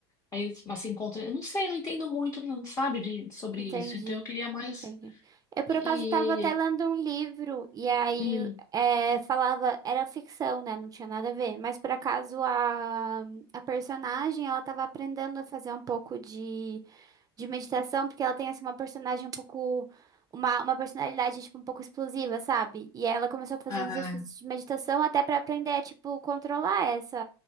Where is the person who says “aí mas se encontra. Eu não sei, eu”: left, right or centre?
Left